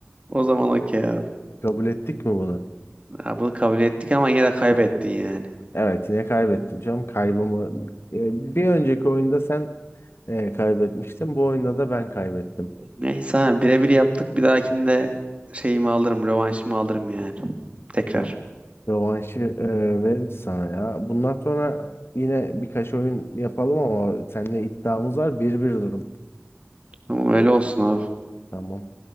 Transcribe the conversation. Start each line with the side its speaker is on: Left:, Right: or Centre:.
Right: O zaman okey abi.
Left: Kabul ettik mi bunu?
Right: Ha, bunu kabul ettik ama yine de kaybettin yani.
Left: Evet yine kaybettim canım. Kaybımı e, bir önceki oyunda sen e, kaybetmiştin. Bu oyunda da ben kaybettim.
Right: Neyse abi, birebir yaptık. Bir dahakinde şeyimi alırım, rövanşımı alırım yani. Tekrar.
Left: Rö- Rövanşı e, veririz sana ya. Bundan sonra yine birkaç oyun yapalım ama seninle iddiamız var. bir bir durum.
Right: Ama öyle olsun abi.
Left: Tamam.